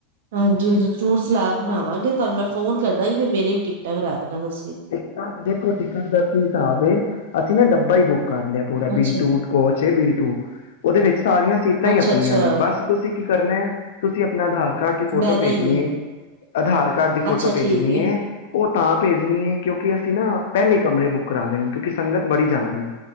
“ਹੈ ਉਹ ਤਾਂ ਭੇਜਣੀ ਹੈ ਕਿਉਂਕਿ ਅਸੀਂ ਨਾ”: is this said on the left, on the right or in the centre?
Left